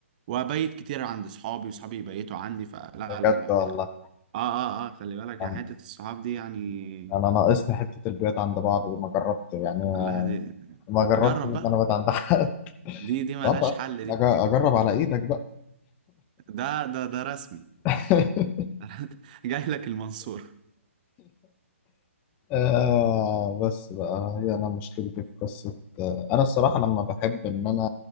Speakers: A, on the right; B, on the left.
A: وابيت كتير عند صحابي وصحابي يبيتوا عندي فلا لا
B: بجد
A: لا يعني
B: والله
A: اه اه اه خلي بالك
B: انا
A: يعني حتة الصحاب دي يعني
B: أنا ناقصني حته البيوت عند بعض دي ما جربت يعني
A: لا دي
B: ما جربت
A: جرب
B: المنابت
A: بقى
B: عند حد
A: دي
B: <laughs>
A: دي ملهاش
B: طب
A: حل دي
B: أج- اجرب على ايدك بقى
A: ده ده ده رسمي
B: <laughs>
A: <laughs> جاي لك المنصور
B: آه بس بقى هي انا مشكلتي في قصه آه انا الصراحه لما بحب ان انا